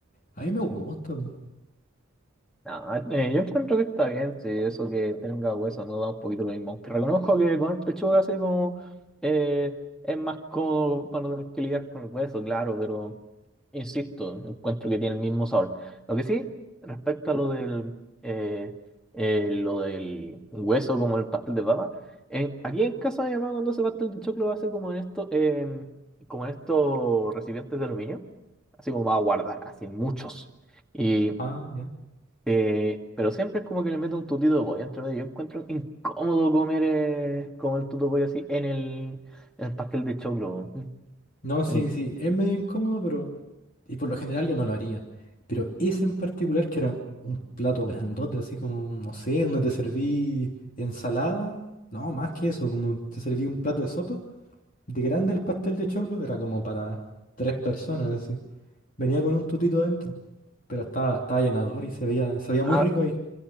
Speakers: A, on the left (about 40°); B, in the centre.
A: A mí me gusta, po.
B: No, eh, yo encuentro que está bien, sí, eso que tenga hueso no da un poquito lo mismo. Aunque reconozco que con el pechuga así como eh, es más cómodo para no tener que lidiar con el hueso, claro, pero... Insisto, encuentro que tiene el mismo sabor. Lo que sí, respecto a lo del, eh, eh, lo del hueso como el pastel de papa, en- aquí en casa mi mamá cuando hace pastel de choclo hace como en esto, em, como en estos recipientes de aluminio, así como va a guardar, así muchos. Y,
A: Ah, ya.
B: eh, pero siempre es como que le mete un tutito de pollo entre medio. Yo encuentro incómodo comer eh, como el tuto de pollo así en el, en el pastel de choclo.
A: No, sí,
B: Mm.
A: sí, es medio incómodo, pero... Y por lo general yo no lo haría. Pero ese en particular, que era un plato grandote, así como, no sé, donde te serví ensalada. No, más que eso, como te serví un plato de sopa. De grande el pastel de choclo, era como para tres personas, así. Venía con un tutito adentro. Pero estaba, estaba llenador y se veía, se veía muy
B: Ah,
A: rico ahí.